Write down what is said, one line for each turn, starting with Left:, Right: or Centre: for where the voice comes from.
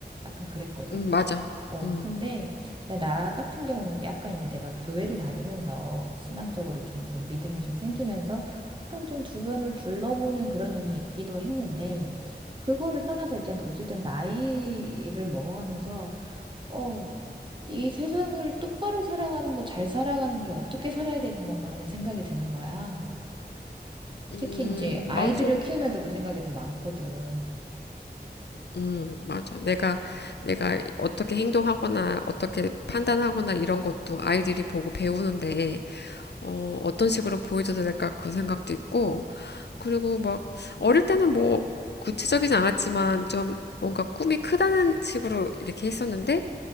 Right: 약간 그랬거든.
Left: 음, 맞아.
Right: 어,
Left: 음,
Right: 근데 나 같은 경우는 약간 이제 내가 교회를 다니면서 신앙적으로 좀 그 믿음이 좀 생기면서 약간 좀 주변을 둘러보는 그런 눈이 있기도 했는데 그거를 떠나서 일단 어쨌든 나이를 먹어가면서 어, 이 세상을 똑바로 살아가는 거, 잘 살아가는 게 어떻게 살아야 되는 건가 하는 생각이 드는 거야.
Left: 음,
Right: 특히 이제 아이들을
Left: 맞아.
Right: 키우면서 그 생각이 더 많거든.
Left: 음, 맞아. 내가, 내가 어떻게 행동하거나, 어떻게 판단하거나 이런 것도 아이들이 보고 배우는데, 어, 어떤 식으로 보여줘야 될까 그 생각도 있고, 그리고 막, 어릴 때는 뭐, 구체적이지 않았지만, 좀 뭔가 꿈이 크다는 식으로 이렇게 했었는데,